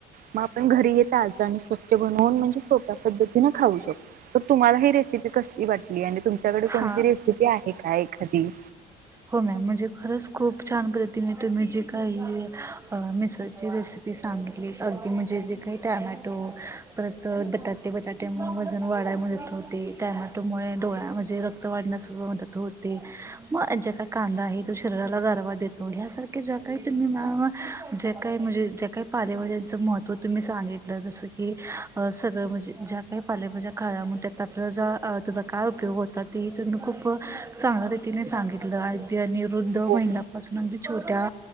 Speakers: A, on the right; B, on the right.
A: मग आपण घरी येत आ आणि स्वच्छ बनवून म्हणजे सोप्या पद्धतीने खाऊ शकतो तर तुम्हाला ही रेसिपी कसली वाटली आणि तुमच्याकडे कोणती
B: हा
A: रेसिपी आहे का एखादी
B: हो मॅम म्हणजे खरच खूप छान पद्धतीने तुम्ही जी काही मिसळची रेसिपी सांगितली अगदी म्हणजे जे काही टमॅटो परत बटाटे बटाटे वजन वाढत मत होते त्या टोमॅटो मुळे डोळ्यामध्ये रक्त वाढण्यास मदत होते मग कांदा आहे त शरीराला गारवा देतो हसारख्या ज्या काही तुम्ही ज्या काही म्हणजे जे काही काही पालेभाज्यांचं महत्व तुम्ही सांगितलं जसं की सगळं म्हणजे ज्या काही पालेभाज्या काळात त्यात आपला त्याचा काय उपयोग होता ते तुम्ही खूप चांगल्या रीतीने सांगितलं. अगदी आणि वृद्ध महिलापासून
A: हो
B: अगदी छोट्या